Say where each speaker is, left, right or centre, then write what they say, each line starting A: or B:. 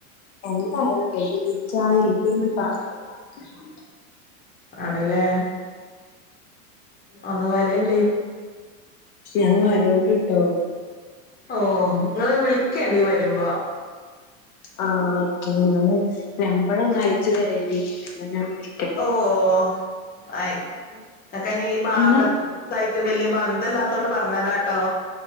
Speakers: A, on the left; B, on the left.
A: എന്തായാലും വേണ്ടില. ഇൻക്കാ ഇടിന്ന് കാണാം വയ്യാ നല്ല
B: ആണ്ലേ. ഒന്ന് വരെണ്ടി.
A: ഞാം വരോണ്ട്ട്ടോ.
B: ഓഹ് ഇങ്ങള് വിളിക്കെണ്ടി വരുമ്പൊ.
A: ആഹ് ഓക്കെ. ഇങ്ങള് നമ്പറൊന്ന് അയച്ചു തരേണ്ടി. ഇന്നാ ഞാൻ വിളി
B: ഓഹ്. ആയിക്കാ ഇങ്ങക്കന്നെ ഈ ബാഗ
A: എന്നാ
B: ത്ത്ക്കായിട്ട് ബല്ല്യ ബന്തല്ലാത്തോട് പറഞ്ഞതാട്ടൊ.